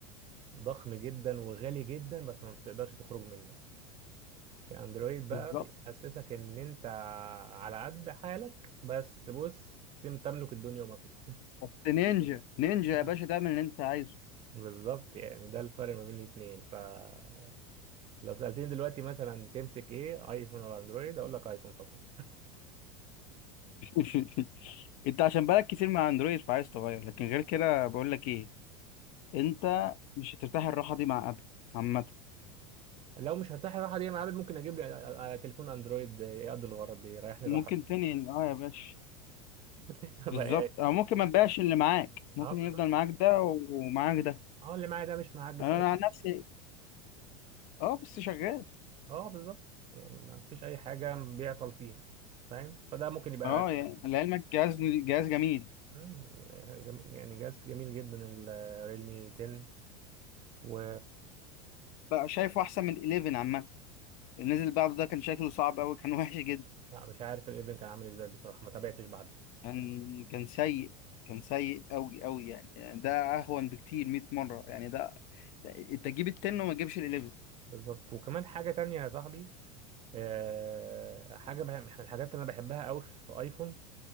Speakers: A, on the right; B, on the left.
A: ضخم جدا وغالي جدا بس ما بتقدرش تخرج منه لكن اندرويد بقى
B: بالظبط
A: بيحسسك ان انت على قد حالك بس بص تم- تملك الدنيا وما فيها
B: بس نينجا نينجا
A: آه،
B: يا باشا تعمل اللي أنت عايزه
A: <laughs> بالظبط يعني ده الفرق ما بين الاثنين فلو سألتني دلوقتي مثلا تمسك ايه ايفون ولا اندرويد اقول لك ايفون طبعا
B: <laughs> أنت عشان بقالك كتير مع أندرويد فعايز تغير لكن غير كده بقول لك إيه أنت مش هترتاح الراحة دي مع أبل عامة
A: لو مش هرتاح الراحه دي مع عابد ممكن اجيب لي آه، آه، تليفون اندرويد يقضي الغرض دي يريحني
B: ممكن
A: الراحه
B: تاني أه يا باشا
A: <laughs> بقى
B: بالظبط
A: يعني
B: أو ممكن ما تبيعش اللي معاك ممكن
A: اه
B: يفضل
A: بالظبط
B: معاك ده ومعاك ده
A: اه اللي معايا ده مش معجز
B: أنا
A: في اي
B: أنا عن نفسي أه بس شغال
A: اه بالظبط يعني ما فيش اي حاجه بيعطل فيها فاهم فده ممكن يبقى
B: أه يعني لعلمك جهاز جهاز جميل
A: مم، يعني جم- يعني جهاز جميل جدا الريلمي 10 و
B: بقى شايفه احسن من 11 عامه اللي نزل بعده ده كان شكله صعب قوي كان وحش جدا
A: لا، مش عارف ال11 كان عامل ازاي بصراحة ما تابعتش بعدها
B: كان كان سيء كان سيء قوي قوي يعني ده اهون بكتير 100 مره يعني ده, ده انت تجيب ال 10 وما تجيبش ال 11
A: بالظبط وكمان حاجة تانية يا صاحبي آه، حاجة بح- من الحاجات اللي انا بحبها قوي في ايفون